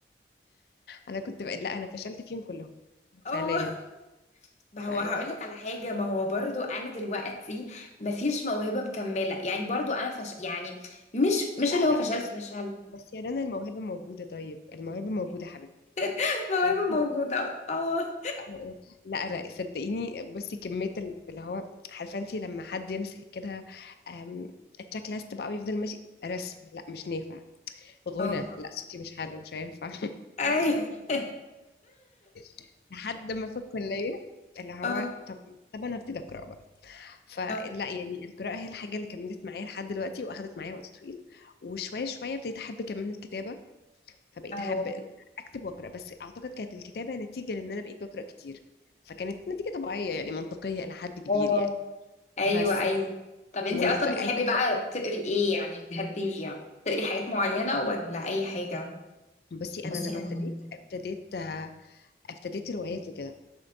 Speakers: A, on the left; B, on the left.
A: انا كنت ب... لا انا فشلت فيهم كلهم
B: اه
A: فعليا
B: ما
A: فع...
B: هو هقولك على حاجة ما هو برضو أنا دلوقتي مفيش موهبة مكملة يعني برضو أنا فش يعني مش مش
A: لا
B: اللي هو
A: لا
B: فشلت
A: بس
B: فشلت
A: بس يا رنا الموهبة موجودة طيب الموهبة موجودة يا حبيبتي
B: <laughs> موهبة
A: موجودة
B: موجودة اه
A: أو أو. لا انا صدقيني بصي كميه ال- اللي هو عارفه انت لما حد يمسك كده أم، التشيك ليست بقى ويفضل ماشي رسم لا مش نافع غنى
B: اه
A: لا صوتي مش حلو مش هينفع
B: أي <laughs>
A: <laughs> لحد ما في الكليه اللي هو
B: اه
A: طب طب انا ابتدي اقرا بقى فلا
B: اه
A: يعني القراءه هي الحاجه اللي كملت معايا لحد دلوقتي واخدت معايا وقت طويل وشويه شويه ابتديت احب كمان الكتابه فبقيت
B: اه
A: احب ان أنا اكتب واقرا بس اعتقد كانت الكتابه نتيجه لان انا بقيت بقرا كتير فكانت نتيجه طبيعيه يعني منطقيه الى حد كبير
B: آه.
A: يعني
B: أيوه
A: بس
B: أيوه طب أنتي
A: و... وأج...
B: أصلا بتحبي بقى تقري إيه يعني بتحبي يعني تقري حاجات معينة ولا أي حاجة
A: بصي
B: بس
A: انا لما
B: أنا
A: ابتديت
B: لما كنت-
A: ابتديت آه، ابتديت روايات وكده